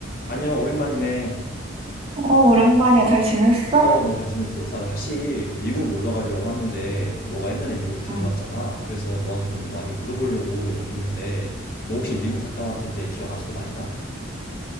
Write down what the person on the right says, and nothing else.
어, 오랜만이야. 잘 지냈어?
응.